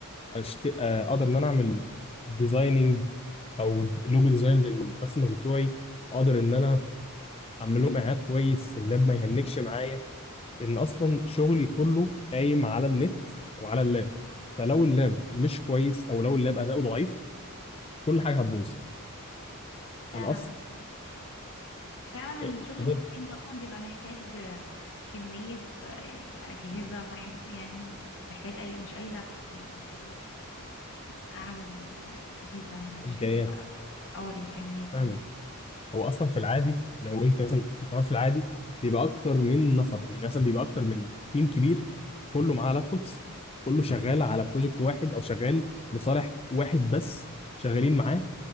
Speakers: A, on the left; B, on the left.
A: أشت... آه، اقدر ان انا اعمل ديزايننج او لوجو ديزاين
B: مم.
A: للكاستمرز بتوعي اقدر ان انا اعمل لهم اعاد كويس اللاب ما يهنكش معايا لان اصلا شغلي كله قايم على النت وعلى اللاب فلو اللاب مش كويس او لو اللاب اداؤه ضعيف كل حاجه هتبوظ
B: فعلا
A: انا اصلا
B: فعلا
A: اتفضل
B: الشغل الماركتينج ده اصلا بيبقى محتاج آه، كمية آه، يعني أجهزة بحسه يعني محتاج أي مش أي لابتوب يعني بيحتاج لابتوب آه، من أعلى ال- الأجهزة يعني عشان
A: امكانيات
B: بيبقى اه الإمكانيات
A: فاهم
B: اه
A: هو اصلا في العادي لو انت مثلا الحوار في العادي بيبقى اكتر من نفر يعني مثلا بيبقى اكتر من تيم كبير كله معاه لابتوبس كله شغال على بروجكت واحد او شغال لصالح واحد بس شغالين معاه